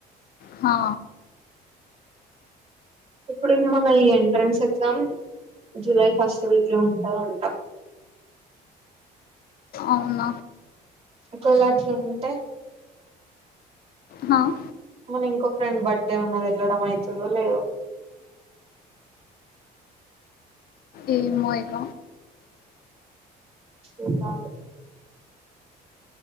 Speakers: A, on the left (about 65°); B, on the right (about 40°).
A: హా
B: ఇప్పుడు మన ఈ entrance exam July first week లొ ఉంటదంట
A: ఔన
B: ఒక్వేల అట్లుంటె
A: మ
B: మన ఇంకొ ఫ్రెండ్ బడ్డే ఉన్నది యెళ్ళడమైతుదొ లేదొ
A: ఏమొ ఇక
B: చూద్దాంలె